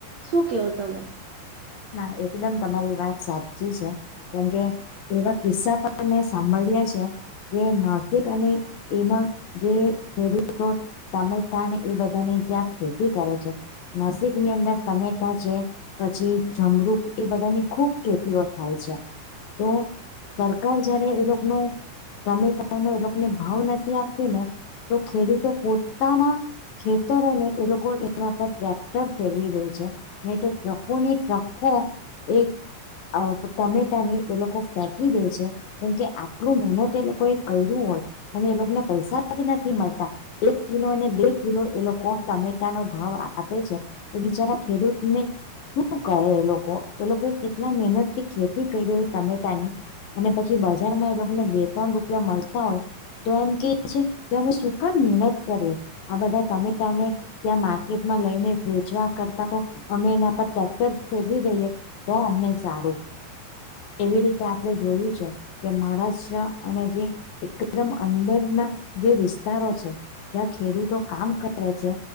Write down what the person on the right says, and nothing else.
શું કહો તમે.